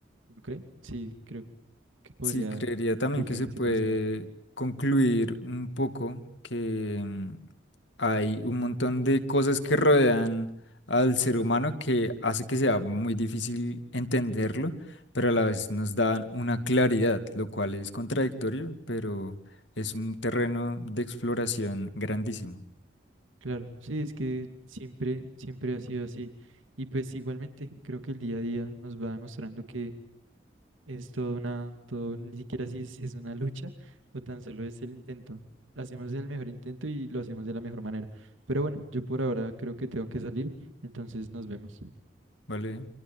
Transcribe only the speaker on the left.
Sí, creería también
que se puede
concluir un poco que mm, hay un montón de cosas que rodean al ser humano que hace que sea muy difícil entenderlo, pero a la vez nos dan una claridad, lo cual es contradictorio, pero es un terreno de exploración grandísimo,
¿vale?